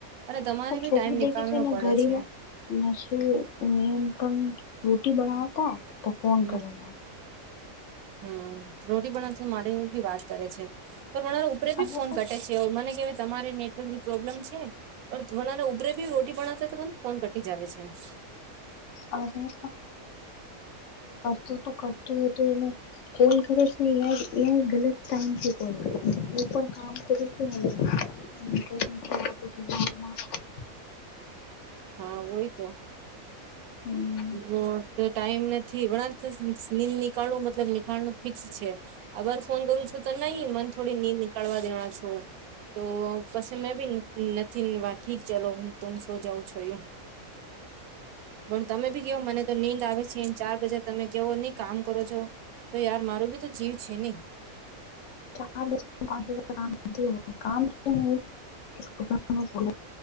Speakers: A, on the right; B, on the left.
A: અરે તમારે બી
B: છોકરું
A: ટાઈમ નનીિકાલનો
B: દેખે છે ને
A: પડે
B: ઘડીમાં
A: છે
B: શું મેન પણ રોટી બનાવતા તો ફોન
A: હમ
B: કરેલા
A: હમ રોટી પણના મારે બી વાત કરે છે પણ પણરા ઉપરે બી
B: અરે
A: ફોન
B: પણ
A: ઘટે છે મને કેહેવાય તમારે નેટવર્કની પ્રોબ્લેમ છે. ઓ વનાને ઉપરે ભી રોટી બનાવશે તોમ ફોન કટી જાવ છે <unintelligible>
B: અ કડ તોું કડું એ તોું એને કોલ કરે છે ગત ટાઈમથી કોલ કરે કામ કરું છે કોશમાં <unintelligible>
A: હા હોય તો
B: હમ
A: હ તો ટાઈમ નથી વણા નીંદ નીકાાળું મતલબ લખાણ નું ફિક્સ છે <inaudible> <unintelligible> આભર ફોન કરું છું તો નહી મને થોડી ની નીકળવા દેણા છો. તો પછી મેં ભી નથી ને વા ઠીક ચાલ હ તમ સોજાવં છોય. તમે ભી કયો મને. તો નીંદ આવે છે ચાર બજે તમે જઓ નહી કામ કરો છો તો યાર મારું બી તો જીવ છે નહી
B: ચારસ કામ કામ <unintelligible> <inaudible>